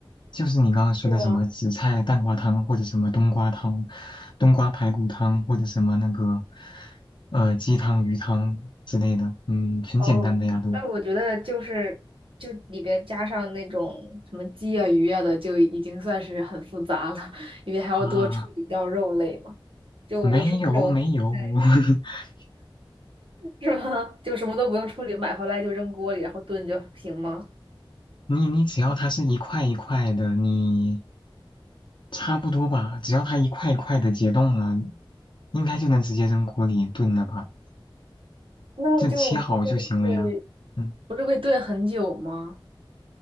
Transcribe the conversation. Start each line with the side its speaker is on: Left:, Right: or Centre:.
Left: 就是你刚刚说的什么紫菜蛋花汤，
Right: 是吗？
Left: 或者什么冬瓜汤、冬瓜排骨汤，或者什么那个呃鸡汤、鱼汤之类的，嗯，很简单的呀都
Right: 哦，但我觉得就是就里边加上那种什么鸡啊、鱼啊的，就已经算是很复杂了，因为还要多处理掉肉类嘛。
Left: 啊，
Right: 就我说那种，
Left: 没有没有，
Right: 对，
Left: <laughs>
Right: 是吗？<laughs> 就什么都不用处理，买回来就扔锅里，然后炖就行吗？
Left: 你你只要它是一块一块的，你差不多吧，只要它一块一块的解冻了，应该就能直接扔锅里炖了吧，
Right: 那就不是会
Left: 就切好就行了呀，嗯。
Right: 不是会炖很久吗？